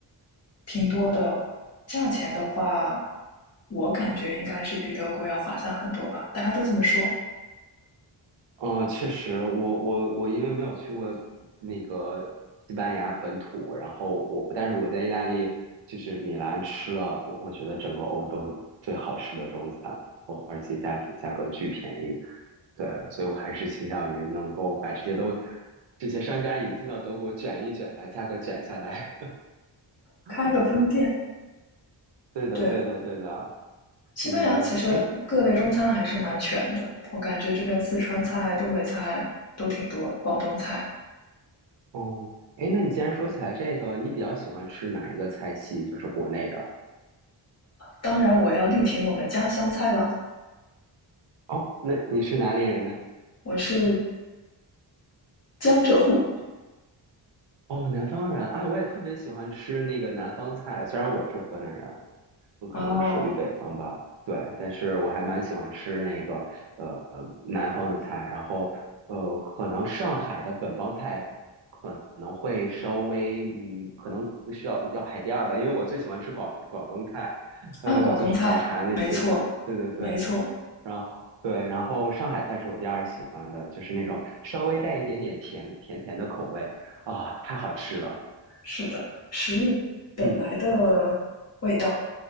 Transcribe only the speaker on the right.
哦，确实，我我我因为没有去过那个西班牙本土，然后我但是我在意大利就是米兰吃了，我我觉得整个欧洲最好吃的中餐，哦，而且价钱价格巨便宜，对，所以我还是倾向于能够把这些都这些商家引进到德国卷一卷，把价格卷下来。
<laughs> 嗯，对的，
对的，对的。
嗯，哎，
哦，哎，那你既然说起来这个，你比较喜欢吃哪一个菜系？就是国内的。
哦，那你是哪里人呢？
哦，南方人，哎，我也特别喜欢吃那个南方菜，虽然我是河南人，我可能属于北方吧，
对，但是我还蛮喜欢吃那个呃呃南方的菜，然后呃，可能上海的本帮菜可能会稍微嗯，可能需要要排第二吧，因为我最喜欢吃广广东菜，嗯、
就是早茶那些的，
对对对，
然后。对，然后上海菜是我第二喜欢的，就是那种稍微带一点点甜甜甜的口味。啊，太好吃了。
嗯，